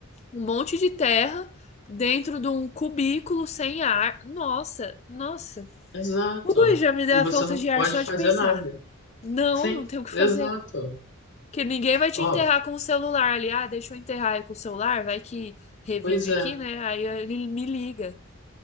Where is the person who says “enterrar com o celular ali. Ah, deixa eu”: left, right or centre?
Left